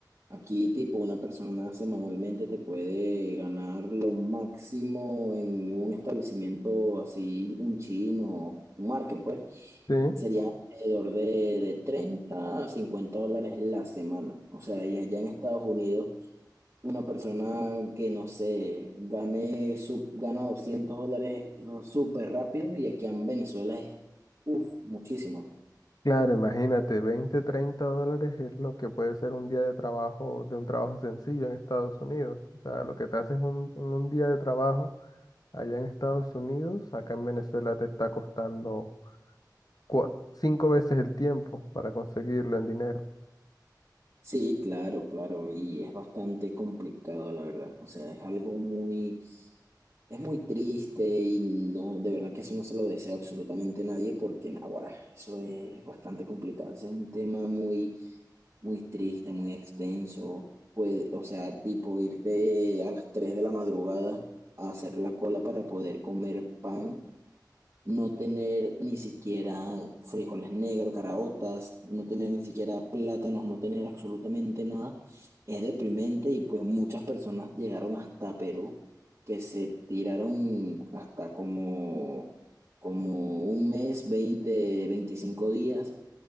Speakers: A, on the right; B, on the left.
A: aquí tipo una persona semanalmente te puede ganar lo máximo en un establecimiento así, un chino, un market, pues,
B: sí,
A: sería alrededor de, de 30 a 50 dólares la semana. O sea, y allá en Estados Unidos una persona que, no sé, gane, su- gana 200 dólares súper rápido y aquí en Venezuela es, uff, muchísimo.
B: claro, imagínate, veinte treinta dólares es lo que puede ser un día de trabajo, de un trabajo sencillo en Estados Unidos. O sea, lo que te haces un- en un día de trabajo allá en Estados Unidos, acá en Venezuela te está costando cua- cinco veces el tiempo para conseguirlo en dinero.
A: Sí, claro, claro, y es bastante complicado, la verdad. O sea, es algo muy, es muy triste y no, de verdad que eso no se lo desea absolutamente nadie porque, naguará, eso es bastante complicado. Ese es un tema muy, muy triste, muy extenso. Puede, o sea, tipo irte a las 3 de la madrugada a hacer la cola para poder comer pan no tener ni siquiera frijoles negros, caraotas, no tener ni siquiera plátanos, no tener absolutamente nada, es deprimente y pues muchas personas llegaron hasta Perú, que se tiraron hasta como, como un mes, 20, 25 días